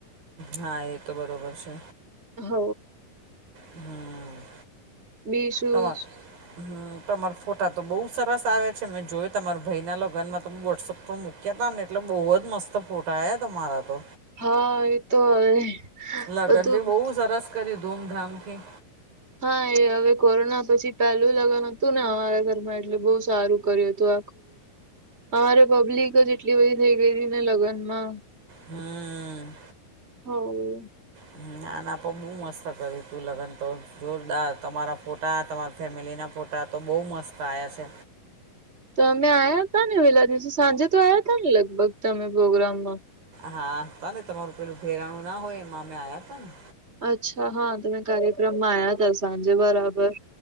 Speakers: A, on the right; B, on the right.
A: હા એ તો બરોબર છે.
B: હ.
A: હમ.
B: બીજું
A: સમસ. હ તમારા ફોટા તો બહુ સરસ આવે છે મેં જોય તમારા ભાઈના લગનમાં તો વોટ્સઅપ પણ મૂક્યા ત ને એટલે બહુ જ મસ્ત ફોટા આવ્યા તમારા તો.
B: હા એ તો હવે
A: લગ્ન
B: બધું
A: ભી બહુ સરસ કર્યું ધૂમધામથી.
B: હા એ હવે કોરોના પછી પહેલું લગ્ન હતું ને અમારા ઘરમાં એટલે બહુ સારું કર્યું હતું આ. અરે પબ્લિક જ એટલી બધી થઈ ગઈ હતી ને લગ્નમાં.
A: હમ.
B: હ.
A: હ નાના પર હું મસ્ત કર તું લગ્ન તો જોરદાર તમારા ફોટા તમારા ફેમિલી ના ફોટા કપરા તો બહુ મસ્ત આવ્યા છે.
B: તો અમે આયા હતા ને વેલા દિવસે સાંજે તો આયા હતા ને લગભગ તમે પ્રોગ્રામમાં.
A: હા તા ને તમારું પેલું ભેરાણું ના હોય એમાં અમે આવ્યા હતા ને.
B: અચ્છા હા તમે કાર્યક્રમમાં આવ્યા હતા સાંજે બરાબર.